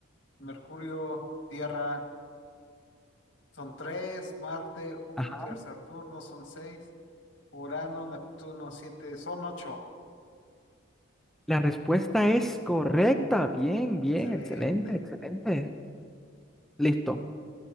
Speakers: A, on the left; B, in the centre.
A: Mercurio, Tierra son tres, Marte, Júpiter,
B: Ajá.
A: Saturno son seis, Urano, Neptuno siete, son ocho.
B: La respuesta es correcta. Bien, bien,
A: Excelente.
B: excelente, excelente. Listo.